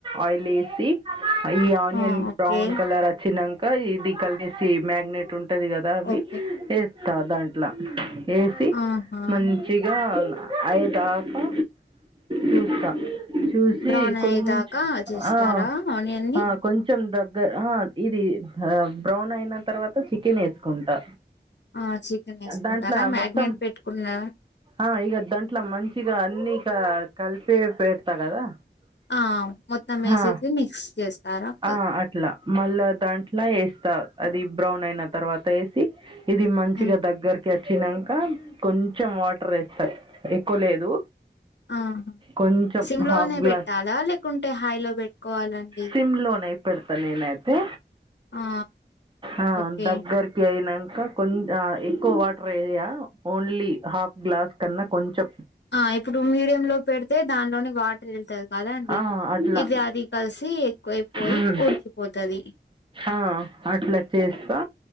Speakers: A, on the right; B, on the left.
A: ఆయిల్ ఏసి ఈ ఆనియన్
B: ఆ ఓకే
A: బ్రౌన్ కలర్ వచ్చినం క ఇది కలిసి మ్యాగ్నెట్ ఉంటది కదా అవి
B: ఓకే
A: వేత్తా దాంట్లా వేసి
B: ఆహా
A: మంచిగా మ్ ఐయ్యేదాకా చూస్తా చూసి
B: బ్రౌన్
A: కొంచ్
B: అయేదాకా చేస్తారా
A: ఆ
B: ఆనియన్ ని
A: ఆ కొంచెం దగ్గ ఆ ఇది హా బ్రౌన్ అయిన తర్వాత చికెన్ వేసుకుంటా
B: ఆ చికెన్ వేసుకుంటారా
A: దాంట్లో
B: మ్యాగ్నేట్
A: మొత్తం
B: పెట్టుకున్నా
A: ఆ ఇగ దాంట్లో మంచిగా అన్నీ క కలిసే పేట్తా గదా
B: ఆ మొత్తం వేసేసి
A: హా
B: మిక్స్ చేస్తారా కల్
A: ఆ అట్లా మళ్ళా దాంట్ల్ వేస్తా అది బ్రౌన్ అయిన తర్వాత వేసి ఇది మంచిగా
B: ఉమ్
A: దగ్గరకెస్ చ్చినాంక కొంచెం వాటర్ వేస్తా ఎక్కువ లేదు
B: ఆ
A: కొంచెం
B: సిమ్ లోనే
A: హాఫ్ గ్లాస్
B: పెట్టాలా లేకుంటే హైయ్ లో పెట్టుకోవాల అండి
A: సిమ్ లోనే పెడతా నేనైతే
B: ఆ
A: ఆ
B: ఓకే
A: దగ్గరికి అయినం కా కొంచ ఎక్కువ వాటర్ ఎయ్యా ఓన్లీ హాఫ్ గ్లాస్ కన్నా కొంచెం
B: ఆ ఇప్పుడు మీడియం లో పెడితే దానిలోని వాటర్ వెళ్తది కదా అండి
A: ఆ అట్లా
B: ఇది అది కలిసి ఎక్కువైపోయి
A: ఉమ్
B: ఉడికిపోతది
A: ఆ అట్లా చేస్తా